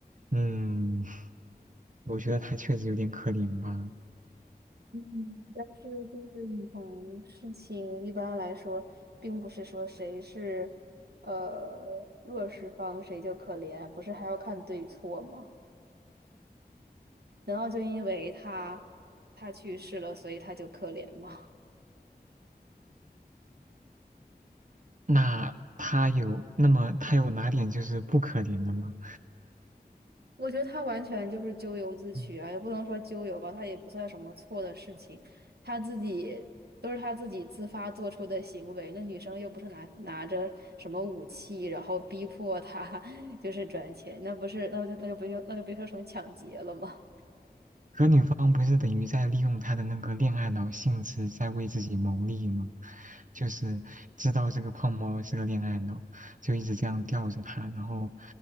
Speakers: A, on the right; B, on the right.
A: 嗯，我觉得他确实有点可怜吧。
B: 嗯，但是就是你从事情一般来说，并不是说谁是呃弱势方谁就可怜，不是还要看对错吗？难道就因为他他去世了，所以他就可怜吗？
A: 那他有，那么他有哪点就是不可怜的吗？
B: 我觉得他完全就是咎由自取啊，
A: 嗯
B: 也不能说咎由吧，他也不算什么错的事情，他自己都是他自己自发做出的行为。那女生又不是拿拿着什么武器，然后逼迫他 <laughs> 就是转钱，那不是那就那就不就那就被说成抢劫了吗？
A: 可女方不是等于在利用他的那个恋爱脑性质在为自己谋利吗？就是知道这个胖猫是个恋爱脑，就一直这样吊着他，然后